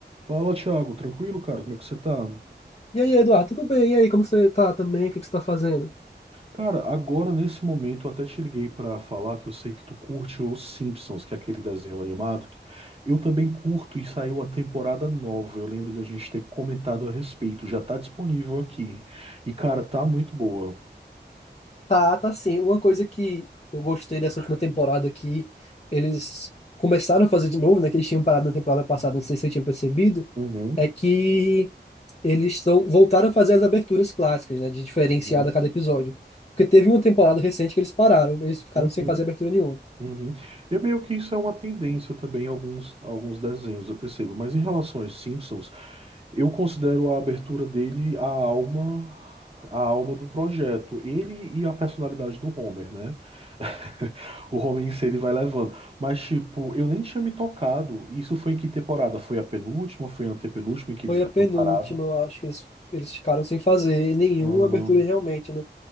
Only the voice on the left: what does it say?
E aí, Eduardo, tudo bem? E aí, como você tá também? O que que você tá fazendo?
Tá, tá sim. Uma coisa que eu gostei dessa última temporada que eles começaram a fazer de novo, né? Que eles tinham parado na temporada passada, não sei se você tinha percebido,
é que eles estão voltaram a fazer as aberturas clássicas, né? De diferenciar
a cada episódio. Porque teve uma temporada recente que eles pararam, eles ficaram
sem fazer abertura nenhuma.
Foi a penúltima,
eu acho que eles, eles ficaram sem fazer nenhuma
abertura realmente, né?